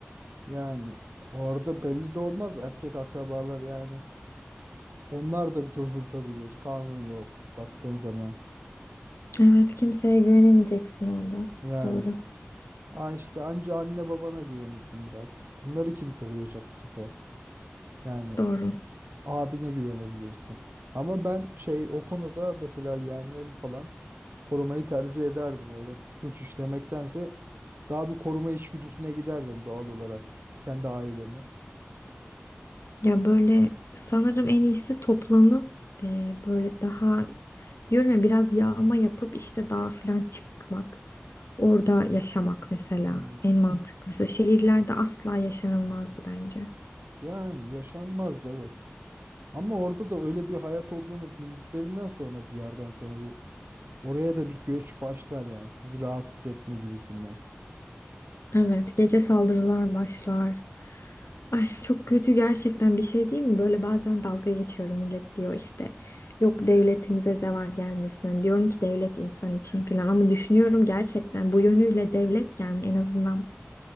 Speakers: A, on the right; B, on the left.
A: Yani orada belli de olmaz erkek akrabalar yani. Onlar da cozurtabilir. Kanun yok baktığın zaman.
B: Evet, kimseye güvenemeyeceksin orada.
A: Yani
B: Doğru.
A: ha işte anca anne babana güvenirsin biraz. Onları kim koruyacak bu sefer? Yani
B: Doğru.
A: abine güvenebilirsin. Ama ben şey o konuda mesela yeğenlerimi falan korumayı tercih ederdim. Öyle suç işlemektense daha bir koruma içgüdüsüne giderdim doğal olarak. Kendi ailemi.
B: Ya böyle sanırım en iyisi toplanıp e, böyle daha diyorum ya biraz yağma yapıp işte dağa falan çıkmak. Orada yaşamak mesela
A: Hmm.
B: en mantıklısı. Şehirlerde asla yaşanılmazdı bence.
A: Yani yaşanmazdı evet. Ama orada da öyle bir hayat olduğunu bildiklerinden sonra bir yerden sonra bir oraya da bir göç başlar yani sizi rahatsız etme gibisinden.
B: Evet, gece saldırılar başlar. Ay çok kötü gerçekten bir şey değil mi? Böyle bazen dalga geçiyorum millet diyor işte. Yok devletimize zeval gelmesin. Hani diyorum ki devlet insan için falan ama düşünüyorum gerçekten bu yönüyle devlet yani en azından